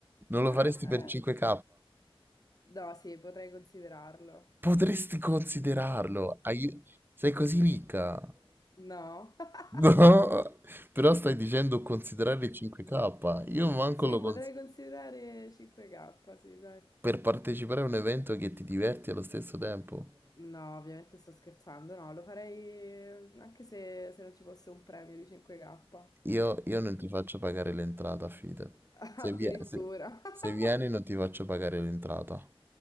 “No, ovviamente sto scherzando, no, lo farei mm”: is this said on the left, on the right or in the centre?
Left